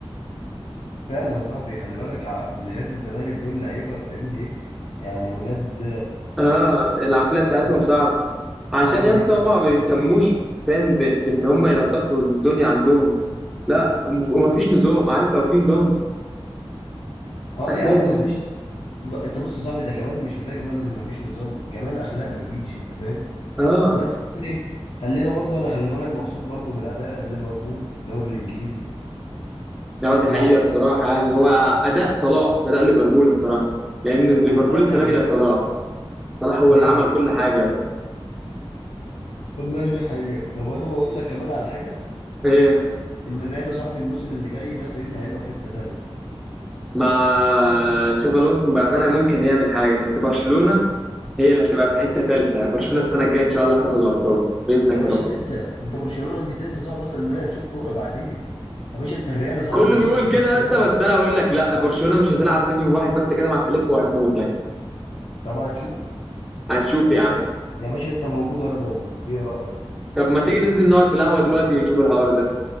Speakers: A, on the left (about 80°); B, in the centre.
A: فعلا يا صاحبي خلي بالك عقليات الزمالك دول لعيبة فاهمني ايه يعني ولاد
B: اه العقلية بتاعتهم
A: اه
B: صعبة عشان
A: صعبة
B: يا
A: جدا
B: اسطى هما
A: يعني
B: ما بيهتموش فاهم ب- بان هما ينظفوا الدنيا عندهم لا ومفيش نظام عارف لو في نظام
A: اه
B: هتلاقي
A: يا عم
B: الدنيا
A: مفيش ب- انت بص يا صاحبي ده كمان مش كفايه كمان ان مفيش نظام كمان اخلاق مفيش انت فاهم
B: اه
A: بس يعني ايه خلينا برضو انا خلي بالك مبسوط برضو من اداء ليفربول في الدوري الانجليزي
B: لا دي
A: واو
B: حقيقة بصراحة يعني هو أداء صلاح مش أداء ليفربول الصراحة لأن
A: والله
B: ليفربول السنة
A: دي حقيقه
B: دي يا صلاح صلاح هو
A: دي
B: اللي عمل
A: حقيقه
B: كل حاجة أصلا
A: والله دي حقيقه طب انا بقول لك كمان على حاجه
B: إيه
A: ان الريال يا صاحبي الموسم اللي جاي ده فهمني هيبقى في حته تانيه
B: مع تشافي ألونسو بأمانة ممكن يعمل حاجة بس برشلونة هي اللي هتبقى في حتة تالتة برشلونة السنة الجاية إن شاء الله هتاخد الأبطال بإذنك
A: يا باشا
B: يا رب
A: تنسى انت برشلونه دي تنسى صعب اصلا ان هي تشوف كوره بعدين يا باشا انت الريال يا صاحبي
B: كله
A: موسم
B: بيقول
A: زي
B: كده
A: كده
B: يا اسطى
A: يلعب
B: بس أنا بقول لك لا برشلونة مش هتلعب سيزون واحد بس كده مع فليك وهتموت يعني
A: طبعا تشوف
B: هنشوف يا
A: انت
B: عم
A: يا باشا انت موجود وانا موجود ايه رايك
B: طب ما تيجي ننزل نقعد في القهوة دلوقتي ونشوف الحوار ده